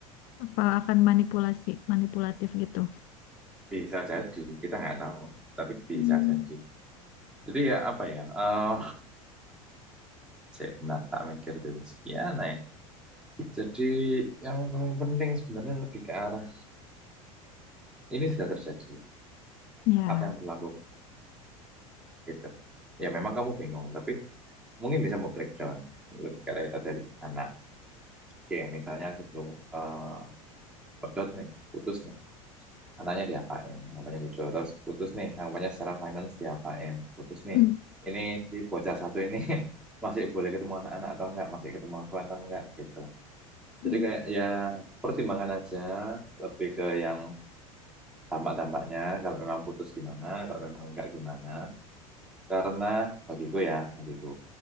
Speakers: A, on the left; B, in the centre.
A: Apa akan manipulasi, manipulatif gitu?
B: Bisa jadi, kita nggak tahu, tapi bisa
A: Hmm.
B: jadi. Jadi ya apa ya? eh saya bentar tak mikir dulu. Sekian ya. Jadi yang paling penting sebenarnya lebih ke arah ini sudah terjadi,
A: Ya.
B: apa yang berlaku gitu. Ya memang kamu bingung, tapi mungkin bisa mau breakdown lebih ke arah itu tadi anak. Oke, misalnya sebelum eh pedot nih, putus nih, anaknya diapain, anggapannya gitu. Terus putus nih, anggapannya secara finance diapain, putus nih.
A: Hmm.
B: Ini si bocah satu ini <laughs> masih boleh ketemu anak-anak atau enggak, masih ketemu aku atau enggak gitu.
A: Hmm.
B: Jadi kayak ya pertimbangan aja lebih ke yang Tampak-tampaknya kalau memang putus gimana, kalau memang enggak gimana. Karena bagiku ya, bagiku